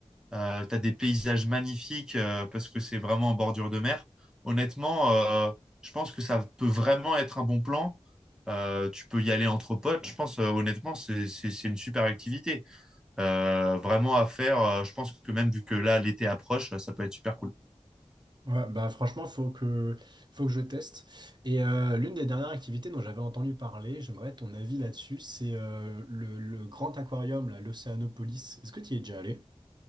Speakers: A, in the centre; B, on the right.
A: Euh, t'as des paysages magnifiques euh, parce que c'est vraiment en bordure de mer. Honnêtement, euh, je pense que ça peut vraiment être un bon plan. Euh, tu peux y aller entre potes. Je pense, euh, honnêtement, c'est c'est- c'est une super activité. Euh, vraiment à faire. euh, je pense que même vu que là, l'été approche, euh, ça peut être super cool.
B: Ouais, bah franchement, faut que, faut que je teste. Et euh, l'une des dernières activités dont j'avais entendu parler, j'aimerais ton avis là-dessus, c'est euh, le, le grand aquarium, là, l'Océanopolis. Est-ce que tu y es déjà allé?